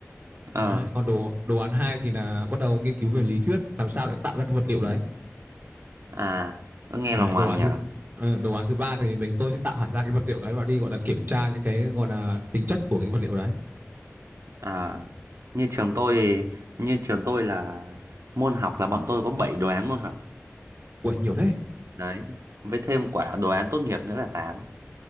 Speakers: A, on the right (about 40°); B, on the right (about 75°).
A: đấy,
B: Ờ,
A: còn đồ đồ án hai thì là bắt đầu nghiên cứu về lý thuyết làm sao để tạo ra cái vật liệu đấy,
B: à, nó nghe
A: đấy
B: lòng
A: đồ
B: ngoằng
A: án
B: nhở.
A: thứ ờ, đồ án thứ ba thì mình tôi sẽ tạo hẳn ra cái vật liệu đấy và đi gọi là kiểm tra những cái gọi là tính chất của cái vật liệu đấy
B: À, như trường tôi như trường tôi là môn học là bọn tôi có 7 đồ án môn học.
A: ui nhiều đấy
B: Đấy, với thêm quả đồ án tốt nghiệp nữa là 8.